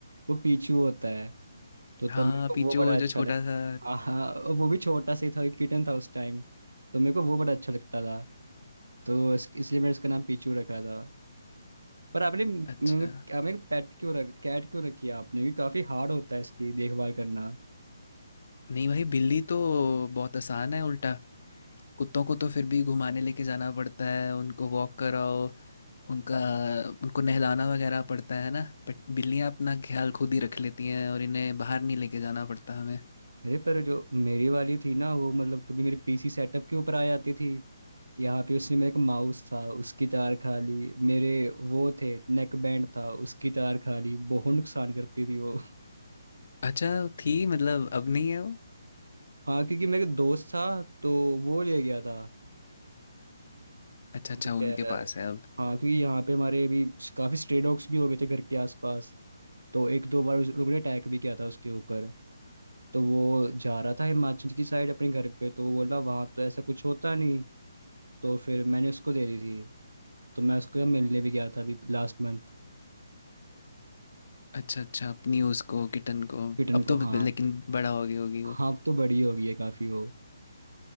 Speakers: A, on the right; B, on the left.
A: वो पीचू होता है तो तब
B: हाँ
A: मेरे को
B: पीचू
A: वो बड़ा
B: वो जो
A: अच्छा
B: छोटा
A: लग
B: सा
A: हाँ हाँ और वो भी छोटा सा ही था किटन था उस टाइम तो मेरे को वो बड़ा अच्छा लगता था तो इस, इसलिए मैंने इसका नाम पीचू रखा था पर आपने मतलब
B: अच्छा
A: आपने पेट क्यों रख कैट क्यों रखी है आपने भी काफी हार्ड होता है इसकी देखभाल करना
B: नहीं भाई बिल्ली तो बहुत आसान है उल्टा कुत्तों को तो फिर भी घुमाने लेके जाना पड़ता है उनको वॉक कराओ उनका उनको नहलाना वगैरह पड़ता है ना बट बिल्लियाँ अपना ख्याल खुद ही रख लेती हैं और इन्हें बाहर नहीं लेके जाना पड़ता हमें
A: अरे पर जो मेरी वाली थी ना वो मतलब कभी मेरे पीसी सेटअप के ऊपर आ जाती थी यहाँ पे उसने मेरे को माउस था उसकी तार खा ली मेरे वो थे नेक बैंड था उसकी तार खा ली बहुत नुकसान करती थी वो
B: अच्छा थी मतलब अब नहीं है वो
A: हाँ क्योंकि मेरे दोस्त था तो वो ले गया था
B: अच्छा
A: वो
B: अच्छा उनके
A: कह रहा
B: पास है अब
A: हाँ क्योंकि यहाँ पे हमारे अभी काफी स्ट्रे डॉग्स भी हो गए थे घर के आसपास तो एक दो बार उस लोगों ने अटैक भी किया था उसके ऊपर तो वो जा रहा था हिमाचल की साइड अपने घर पे तो वो बोला वहां तो ऐसा कुछ होता नहीं तो फिर मैंने उसको दे दी थी तो मैं उसको मिलने भी गया था अभी लास्ट मंथ
B: अच्छा अच्छा अपनी उसको किटन को
A: किटन
B: अब तो
A: को
B: ब-
A: हाँ
B: लेकिन बड़ा हो गई होगी वो
A: हाँ अब तो बड़ी हो गई है काफी वो